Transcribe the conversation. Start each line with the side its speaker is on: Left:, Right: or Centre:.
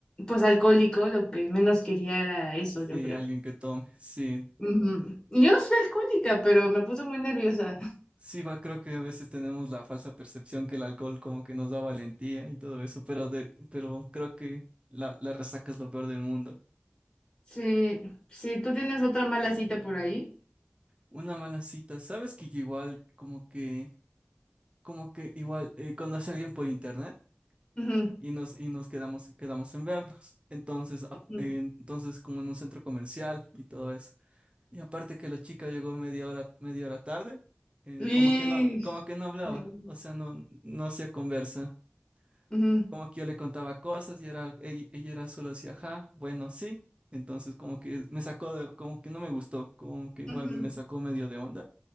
Left: pues, alcohólico, lo que menos quería era eso,
Right: Sí,
Left: yo creo.
Right: alguien que tome. Sí,
Left: Ujú. Y yo no soy alcohólica, pero me puse muy nerviosa.
Right: Sí, igual creo que a veces tenemos la falsa percepción que el alcohol como que nos da valentía y todo eso, pero, de, pero creo que la, la resaca es lo peor del mundo.
Left: Sí, sí, tú tienes otra mala cita por ahí.
Right: Una mala cita, ¿sabes que yo igual como que, como que igual eh, conocí a alguien por internet
Left: Ujú,
Right: y nos, y nos quedamos, quedamos en vernos? Entonces, a-
Left: ujú.
Right: eh, entonces como en un centro comercial y todo eso. Y aparte que la chica llegó media hora, media hora tarde, eh,
Left: Y-
Right: como que no, como que no hablaba,
Left: qué horrible.
Right: o sea, no, no hacía conversa.
Left: Ujú,
Right: como que yo le contaba cosas y era, ella, ella era solo así, ajá, bueno, sí. Entonces como que me sacó de- como que no me gustó, como que igual
Left: ujú,
Right: me sacó medio de onda.